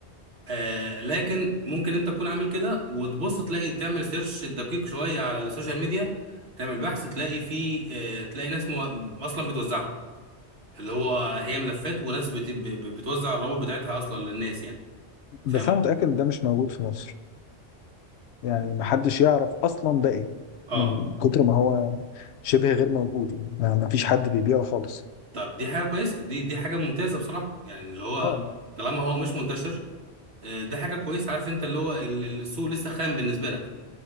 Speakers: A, on the right (about 65°); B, on the left (about 75°).
A: آه لكن ممكن انت تكون عامل كده وتبص تلاقي تعمل سيرش دقيق شويه على السوشيال ميديا تعمل بحث تلاقي في آه تلاقي ناس مو... اصلا بتوزعها اللي هو هي ملفات وناس بت... ب- ب- بتوزع الروابط بتاعتها اصلا للناس يعني
B: بس
A: فاهم
B: انا
A: قصدي؟
B: متاكد ان ده مش موجود في مصر يعني محدش يعرف اصلا ده ايه
A: اه
B: من كتر ما هو شبه غير موجود يعني ما ما فيش حد بيبيعه خالص
A: طب دي حاجه كويسه دي دي حاجه ممتازه بصراحه يعني اللي هو
B: اه ما
A: طالما هو مش منتشر آه ده حاجه كويسه عارف انت اللي هو ال- ال- السوق لسه خام بالنسبه لك